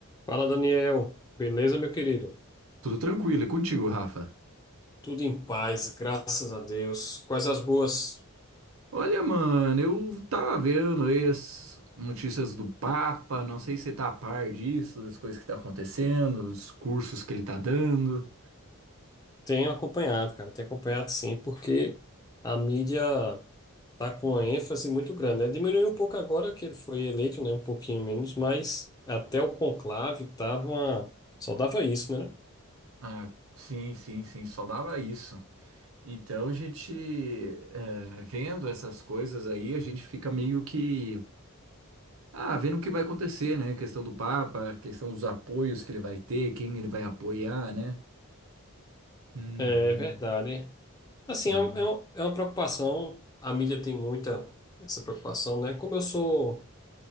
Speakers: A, on the left (about 15°); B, on the right (about 70°).
A: Fala, Daniel. Beleza, meu querido?
B: Tudo tranquilo, e contigo, Rafa?
A: Tudo em paz, graças a Deus. Quais as boas?
B: Olha, mano, eu tava vendo aí as notícias do Papa, não sei se você tá a par disso, das coisas que tá acontecendo, os cursos que ele tá dando.
A: Tenho acompanhado, cara. Tenho acompanhado sim, porque a mídia tá com uma ênfase muito grande, né? Diminuiu um pouco agora que ele foi eleito, né? Um pouquinho menos, mas até o conclave tava uma... só dava isso, né? né?
B: Ah, sim, sim, sim, só dava isso. Então a gente, é, vendo essas coisas aí, a gente fica meio que, ah, vendo o que vai acontecer, né? Questão do Papa, questão dos apoios que ele vai ter, quem ele vai apoiar, né? Uhum,
A: É verdade. Assim,
B: sim,
A: é, um- é um- é uma preocupação. A mídia tem muita essa preocupação, né? Como eu sou